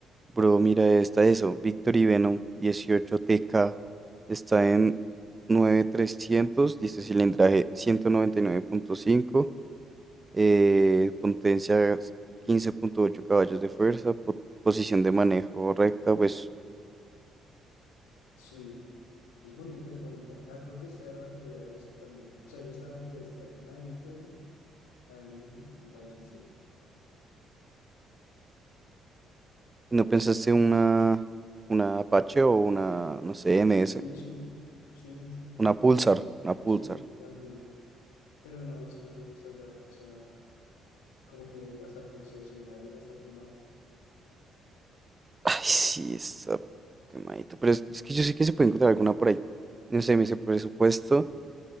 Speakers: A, on the right; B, on the left.
A: Bro, mira, esta eso. Victor y Venom 18TK está en nueve mil trescientos dice cilindraje 199.5, eh, potencia quince punto ocho caballos de fuerza, po- posición de manejo recta. Pues,
B: sí, es bonita, es bonita. Ah, creo que esta era la que yo había visto también. O sea, yo estaba entre esta, una de Victory, la Benelli y la Gixxer.
A: ¿y ¿no pensaste una, una Apache o una, no sé, N S
B: Sí, sí, sí, sí, sí,
A: Una Pulsar, una Pulsar.
B: sí, también. Pero no, es que no me gusta ya, o sea, como que hasta el concesionario ya está quemado.
A: Ay, sí, está quemadito. Pero es, es que yo sé que se puede encontrar alguna por ahí. No sé, me dice presupuesto.